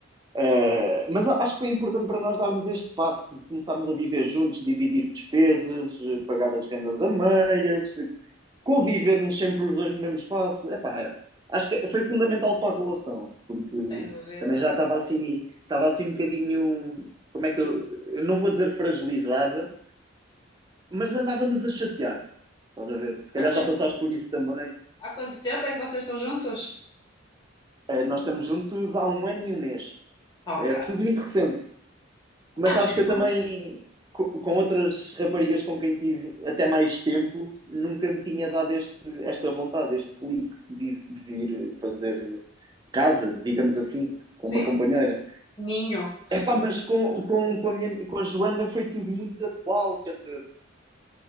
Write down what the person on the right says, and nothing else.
eh, mas acho que foi importante para nós darmos este passo de começarmos a viver juntos, dividir despesas, eh, pagar as rendas a meias, convivermos sempre os dois no mesmo espaço, epá, acho que foi fundamental para a relação, porque
também já estava assim, estava assim um bocadinho, como é que eu, eu não vou dizer fragilizada, mas andávamos a chatear, estás a ver? Se calhar
já passaste por isso também.
Eh, nós estamos juntos há um ano e um mês,
é tudo muito recente, Mas
sabes que eu também,
co- com outras raparigas com quem tive até mais tempo, nunca me tinha dado este, esta vontade, este clique de, de vir fazer casa, digamos assim, com
uma companheira.
Epá, mas com, com, com a minha, com a Joana foi tudo muito atual, quer dizer,